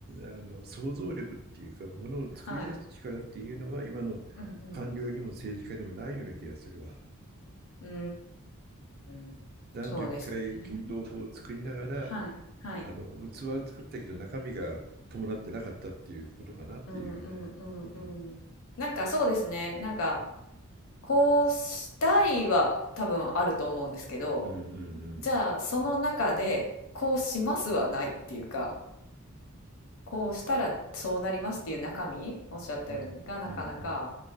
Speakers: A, on the right; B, on the left.
A: あの想像力っていうか、ものを作り出す力っていうのは、
B: はい。
A: 今の
B: うんうん。
A: 官僚にも政治家にもないような気がするわ。
B: うーん。
A: 男女機会均等法を作りながら、
B: そうですね。はい。はい。
A: あの、器は作ったけど中身が伴ってなかったっていうことかなっていうね。
B: うんうんうんうん。
A: うん。
B: なんかそうですね。なんかこうしたいは多分あると思うんですけど、
A: うんうん
B: じゃあその中でこうしますはないっていうか、こうしたらそうなりますっていう中身、おっしゃったようにがなかなか
A: うん。うんうんうん。